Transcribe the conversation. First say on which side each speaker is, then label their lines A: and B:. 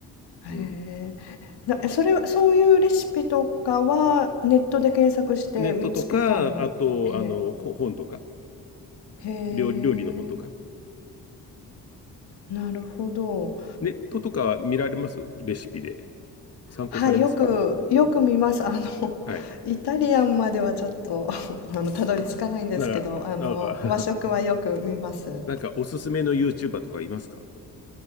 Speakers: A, on the left (about 75°); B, on the left (about 40°).
A: へえ。
B: うん。
A: な、えそれは、そういうレシピとかはネットで検索して見つけたんえ
B: ネットとか、あと、あの、ほ本とか、
A: え。へえ。
B: 料、料理の本とか。
A: なるほど。
B: ネットとか見られますレシピで。参考されますかうん。
A: はい、よく、よく見ます。あの、<laughs>
B: はい。
A: イタリアンまではちょっと、<laughs> あの、たどり着かないんですけど、
B: なんか、
A: あの、
B: なんか
A: 和食はよく見ます。
B: <laughs> なんかおすすめの YouTuber とかいますか